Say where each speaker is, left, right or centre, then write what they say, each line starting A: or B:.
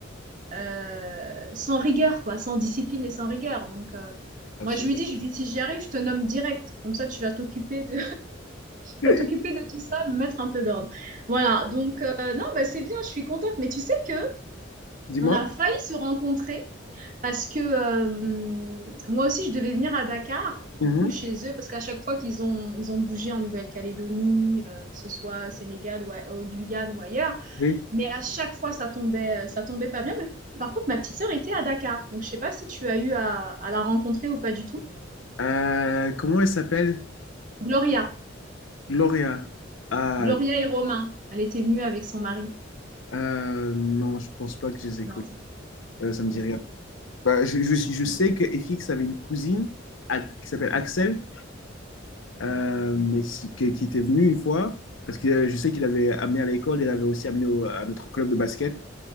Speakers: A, on the right; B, on the left.
A: euh, euh, sans rigueur, quoi, sans discipline et sans rigueur. Donc, euh,
B: Absolument.
A: moi, je lui dis, je lui dis, si j'y arrive, je te nomme direct. Comme ça, tu vas t'occuper de,
B: <laughs>
A: vas t'occuper de tout ça, me mettre un peu d'ordre. Voilà, donc euh, non, bah, c'est bien, je suis contente. Mais tu sais que
B: Dis-moi.
A: on a failli se rencontrer parce que euh, moi aussi, je devais venir à Dakar, du
B: Mhm.
A: coup, chez eux, parce qu'à chaque fois qu'ils ont, ils ont bougé en Nouvelle-Calédonie, euh, que ce soit au Sénégal ou à- au Guyane ou ailleurs,
B: Oui.
A: mais à chaque fois, ça tombait, euh, ça tombait pas bien. Mais par contre, ma petite sœur était à Dakar, donc je sais pas si tu as eu à, à la rencontrer ou pas du tout.
B: Euh, comment elle s'appelle?
A: Gloria,
B: Gloria. Ah,
A: Gloria et Romain, elle était venue avec son mari.
B: euh, non, je pense pas que je les ai
A: Non,
B: connus.
A: ça.
B: Euh, ça me dit
A: ouais.
B: rien. Bah, je, je- je sais que FX avait une cousine à- qui s'appelle Axel. euh, mais si- qui, qui était venu une fois, parce que euh, je sais qu'il avait amené à l'école, il avait aussi amené au- à notre club de basket.